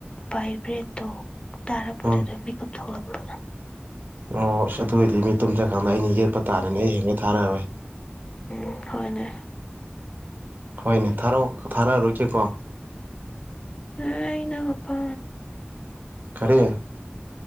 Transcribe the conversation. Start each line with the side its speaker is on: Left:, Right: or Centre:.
Left: ꯚꯥꯏꯕ꯭ꯔꯦꯠꯇꯣ ꯇꯥꯔꯛꯄꯗꯨꯗ
Right: ꯎꯝ
Left: ꯃꯦꯀꯞ ꯊꯣꯛꯂꯛꯄꯗ
Right: ꯑꯣ ꯑꯁ ꯑꯗꯨ ꯑꯣꯏꯗꯤ ꯃꯤ ꯇꯨꯝꯖꯀꯥꯟꯗ ꯑꯩꯅ ꯌꯦꯠꯄ ꯇꯥꯔꯦꯅꯦ ꯑꯩ ꯍꯦꯡꯒꯩ ꯊꯥꯔꯔꯣꯏ
Left: ꯎ ꯍꯅꯦ
Right: ꯍꯣꯏꯅꯦ ꯊꯥꯔ ꯊꯥꯔꯛꯑꯔꯣꯏꯀꯦꯀꯣ
Left: ꯑ ꯏꯩꯅ ꯀꯄꯥ
Right: ꯀꯔꯤ